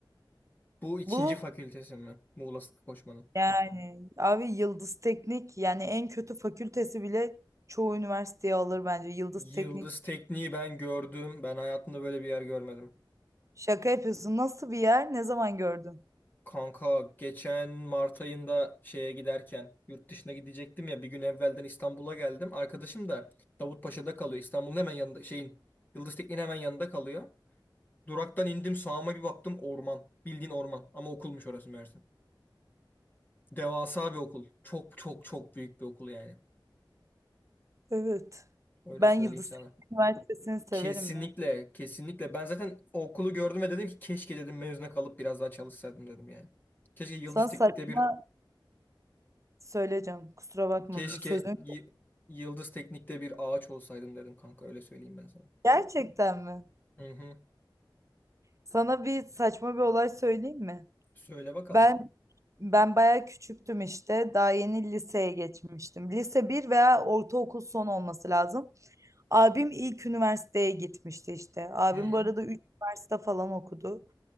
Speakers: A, on the left; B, on the right.
A: Bu ikinci
B: bu
A: fakültesi mi? Muğla Sıtkı Koçman'ın.
B: yani abi Yıldız Teknik yani en kötü fakültesi bile çoğu üniversiteye alır bence. Yıldız
A: Yıldız
B: Teknik
A: tekniği ben gördüm. Ben hayatımda böyle bir yer görmedim.
B: Şaka yapıyorsun. Nasıl bir yer? Ne zaman gördün?
A: Kanka geçen Mart ayında şeye giderken yurt dışına gidecektim ya bir gün evvelden İstanbul'a geldim. Arkadaşım da Davutpaşa'da kalıyor. İstanbul'un hemen yanında şeyin Yıldız Tekniği'nin hemen yanında kalıyor. Duraktan indim sağıma bir baktım orman. Bildiğin orman ama okulmuş orası Mersin. Devasa bir okul. Çok çok çok büyük bir okul yani.
B: Evet.
A: Öyle
B: Ben
A: söyleyeyim
B: Yıldız
A: sana.
B: Teknik Üniversitesi'ni severim
A: Kesinlikle,
B: ya.
A: kesinlikle. Ben zaten o okulu gördüm ve dedim ki keşke dedim mezuna kalıp biraz daha çalışsaydım dedim yani. Keşke Yıldız
B: Sana
A: Teknik'te
B: saçma
A: bir
B: söyleyeceğim. Kusura bakma
A: keşke
B: bu sözün.
A: Y- Yıldız Teknik'te bir ağaç olsaydım dedim kanka öyle söyleyeyim ben sana.
B: Gerçekten mi?
A: Hı hı.
B: Sana bir saçma bir olay söyleyeyim mi?
A: Söyle bakalım.
B: Ben ben bayağı küçüktüm işte. Daha yeni liseye geçmiştim. Lise bir veya ortaokul son olması lazım. Abim ilk üniversiteye gitmişti işte. Abim
A: Hı hı.
B: bu arada 3 üniversite falan okudu.